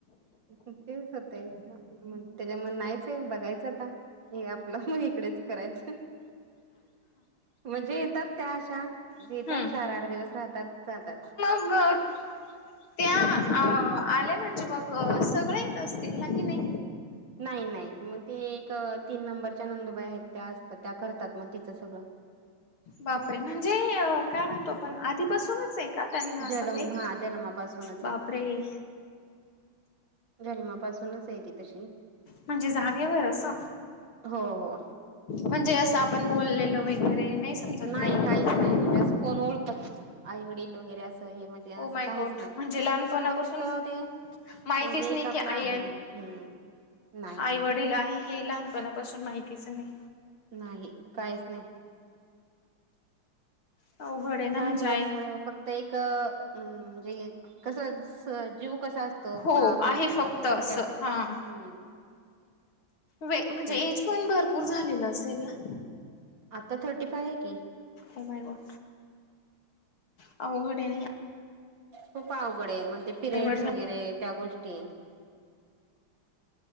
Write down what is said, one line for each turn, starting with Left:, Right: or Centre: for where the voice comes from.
Right: तेच होतय ह. मग त्याच्या मण नाहीचे बघायचं आता हे आपलं मग इकडेच करायचं. म्हणजे येतात त्या अशाे
Left: हम्म
Right: येतात चार आठ दिवस राहतात जातात.
Left: घट <unintelligible> त्या आ - आल्या म्हणजे मग सगळ येत असतील ना कनी.
Right: नाही नाही म ते एक तीन नंबरच्या नंदुबाई आहेत त्या असतात त्या करतात मग तिचं सगळं.
Left: बापरे म्हणजे काय म्हणतो आपण आधीपासूनच आहे. का त्यांना असं
Right: जलम
Left: काही
Right: हा जनमापासूनच
Left: बापरे
Right: आहे. जनमापासूनच ये ती तशी.
Left: म्हणजे जागेवर असं
Right: हो हो.
Left: म्हणजे असं आपण बोललेल वगैरे नाही समजत
Right: नाही
Left: काही
Right: काहीच नाही म्हणजे असं कोण ओळखत, आई वडील वगैरे असं हे म्हणजे ते असं
Left: ओ माय
Right: काहीच
Left: गॉड
Right: नाही,
Left: म्हणजे लहानपणापासून
Right: फक्त ते,
Left: माहितीच
Right: म्हणजे
Left: नाही
Right: एक आपला
Left: की आई
Right: आहे म्हनून हम्म. नाही
Left: आई
Right: नाही
Left: वडील आहे हे लहानपणापासून माहितीच नाही.
Right: नाही काहीच नाही.
Left: अवघड आहे
Right: ते
Left: ना
Right: काय म्हणजे
Left: आई
Right: असं फक् ते एक, एम म्हणजे, कस स जीव कसा अस तो
Left: हो
Right: पा - प्राण्यांचा
Left: आहे फक्त
Right: वगैरे
Left: असं
Right: त्या टाइप,
Left: हा.
Right: हम्म.
Left: वे म्हणजे
Right: तेच
Left: एज पण भरपूर झालेलं असेल ना?
Right: आता थर्टी फाय आहे की.
Left: ओ माय गॉड, अवघड आहे ना या
Right: खूप अवघड आहे म ते पिरयड्स
Left: आईवडला
Right: वगैरे त्या गोष्टी.